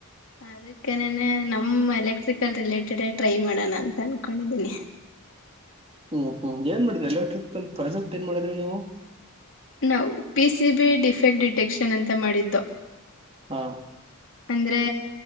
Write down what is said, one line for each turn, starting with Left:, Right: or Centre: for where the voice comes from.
Left: ಅದಕ್ಕೆನೆ ನಮ್ಮ ಎಲೆಕ್ಟ್ರಿಕಲ್ ರಿಲೇಟೆಡೇ ಟ್ರೈ ಮಾಡೋಣ ಅಂತ ಅನ್ಕೊಂಡಿದೀನಿ.
Right: ಹ್ಮ್ ಹ್ಮ್ ಏನ್ ಮಾಡಿದ್ರಿ ಎಲೆಕ್ಟ್ರಿಕಲ್ ಪ್ರಾಜೆಕ್ಟ್ ಏನ್ ಮಾಡಿದ್ರಿ ನೀವು?
Left: ನಾವು ಪಿಸಿಬಿ ಡಿಫೆಕ್ಟ್ ಡಿಟೆಕ್ಷನ್ ಅಂತ ಮಾಡಿದ್ದು.
Right: ಹಾ.
Left: ಅಂದ್ರೆ